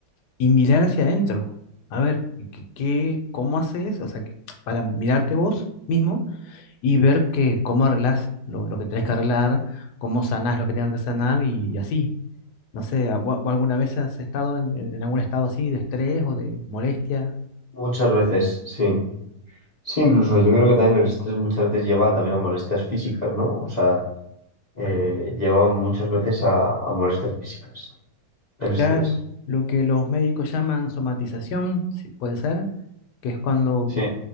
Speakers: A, on the left (about 70°); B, on the left (about 55°).
A: y mirar hacia adentro. A ver, ¿qué, qué- cómo haces? O sea, que- <tsk> para mirarte vos mismo y ver que, cómo arreglás lo, lo que tenés que arreglar, cómo sanás lo que tengas que sanar y, y así. No sé, ¿a- ¿vo- ¿alguna vez has estado en, en- en algún estado así de estrés o de molestia?
B: Muchas veces, sí. Sí, incluso yo creo que también el estrés muchas veces lleva también a molestias físicas, ¿no? O sea, eh, lleva muchas veces a, a molestias físicas, el estrés.
A: Claro, lo que los médicos llaman somatización, sí, puede ser, que es cuando
B: Sí,